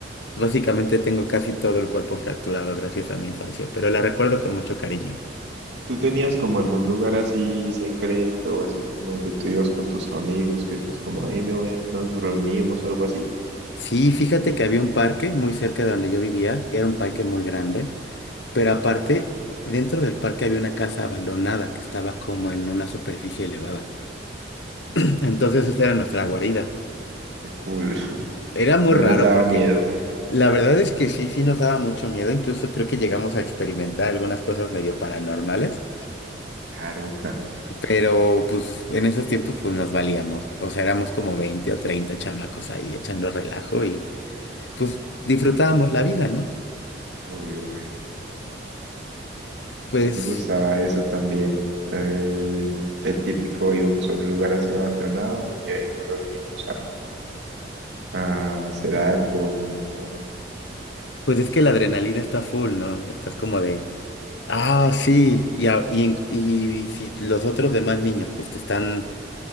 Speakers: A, on the left (about 70°); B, on the right (about 75°).
A: Básicamente tengo casi todo el cuerpo fracturado gracias a mi infancia, pero la recuerdo con mucho cariño.
B: ¿Tú tenías como algún lugar así secreto o así como donde tú ibas con tus amigos, que decías como ahí me voy, a- nos reunimos, algo así?
A: Sí, fíjate que había un parque muy cerca de donde yo vivía, era un parque muy grande. Pero aparte, dentro del parque había una casa abandonada que estaba como en una superficie elevada.
B: Mm,
A: <clears throat> Entonces esa era nuestra guarida.
B: qué cool. <laughs>
A: Era muy
B: No
A: raro
B: les daba
A: porque
B: miedo.
A: la verdad es que sí, sí nos daba mucho miedo. Incluso creo que llegamos a experimentar algunas cosas medio paranormales.
B: Claro, ja,
A: Pero pues en esos tiempos pues nos valíamos. O sea, éramos como 20 o 30 chamacos ahí echando relajo y pues disfrutábamos la vida, ¿no?
B: obvio, obvio.
A: Pues,
B: A mí me gustaba eso también. Eh, el típico íbamos a un lugar así abandonado y ahí nos reuníamos a, a hacer algo. a-
A: pues es que la adrenalina está full, ¿no? Estás como de... Ah, sí, y, a- y, en- y si los otros demás niños pues te están